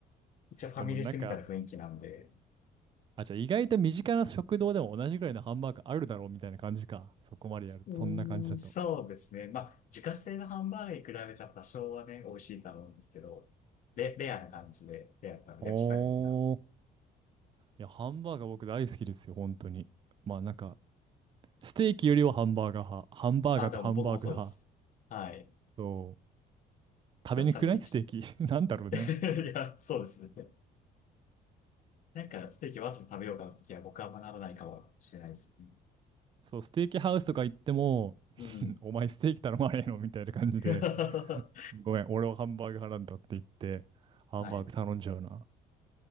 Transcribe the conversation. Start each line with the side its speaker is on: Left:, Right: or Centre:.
Left: 一応ファミレスみたいな雰囲気なんで、
Right: でもなんか、あ、じゃあ意外と身近な食堂でも同じぐらいのハンバーグあるだろうみたいな感じか。そこまでやる。
Left: う
Right: そんな感じだと。
Left: ーん、そうですね。まあ、自家製のハンバーガーに比べたら多少はね、美味しいと思うんですけど、レ、レアな感じで、レアな焼き加減が。
Right: おー。いや、ハンバーガー僕大好きですよ、本当に。まあなんか、ステーキよりはハンバーガー派。ハンバーガーってハンバーグ派。
Left: あ、でも僕もそうです。はい。
Right: そう。食べにくくないステーキ。
Left: だったら一、
Right: <laughs> なんだろうね。
Left: <laughs> いや、そうですね。なんか、ステーキわざと食べようかなって気は僕は学ばないかもしれないですね。
Right: そう、ステーキハウスとか行っても、
Left: うん。
Right: んお前ステーキ頼まねえのみたいな感じで、
Left: <laughs> は
Right: ごめん、俺はハンバーグ派なんだって言って、ハンバーグ頼んじゃうな。
Left: い。